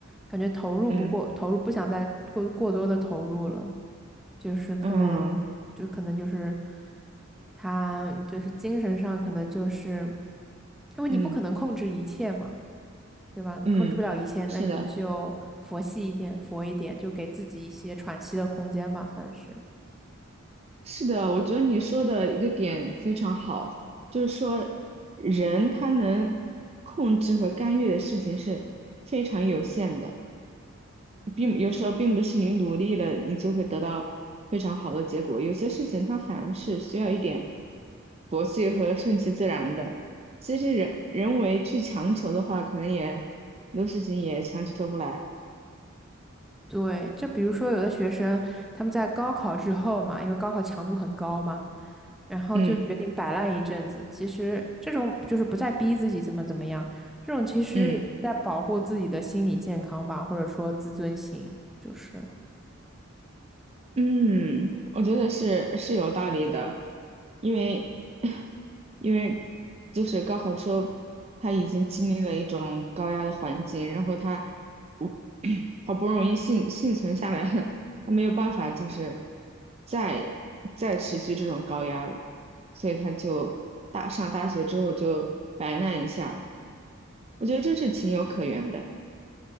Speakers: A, in the centre; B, on the right.
A: 感觉投入不过，
B: 嗯
A: 投入不想再过过多的投入了，就是可能就可能就是
B: 嗯
A: 他就是精神上可能就是，因为你不可能控制一切嘛，
B: 嗯
A: 对吧？你控制不了一切，
B: 嗯，是的。
A: 那你就佛系一点，佛一点，就给自己一些喘息的空间吧，算是。
B: 是的，我觉得你说的一个点非常好，就是说人他能控制和干预的事情是非常有限的，并有时候并不是你努力了你就会得到非常好的结果，有些事情它反而是需要一点佛系和顺其自然的。其实人人为去强求的话，可能也很多事情也强求不来。
A: 对，就比如说有的学生他们在高考之后嘛，因为高考强度很高嘛，然后就决定摆烂一阵子。
B: 嗯
A: 其实这种就是不再逼自己怎么怎么样，这种其实也是在保护自己的心理健康吧，
B: 嗯。
A: 或者说自尊心，就是。
B: 嗯，我觉得是是有道理的，因为 <laughs> 因为就是高考之后，他已经经历了一种高压的环境，然后他我 <clears throat> 好不容易幸幸存下来了，他没有办法就是再再持续这种高压了，所以他就大上大学之后就摆烂一下，我觉得这是情有可原的。